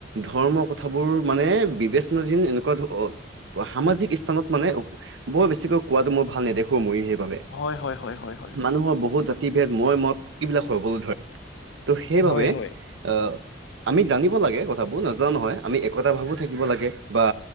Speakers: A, on the right; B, on the left.
A: ধৰ্ম কথাবোৰ মানে বিবেচনা যিন এনেকুৱা ধ সামাজিক স্থানত মানে বৰ বেছিকৈ কোৱাতটো মই ভাল নেদেখো মই সেইবাবে।
B: হয়-হয়- হয়-হয়।
A: মানুহৰ বহুত জাতি ভেদ <unintelligible> হবলৈ ধৰে ত' সেইবাবে
B: হয়
A: এ
B: হয়
A: আমি জানিব লাগে কথাবোৰ নজোৱা নহয় আমি একতা ভাবো থাকিব লাগে বা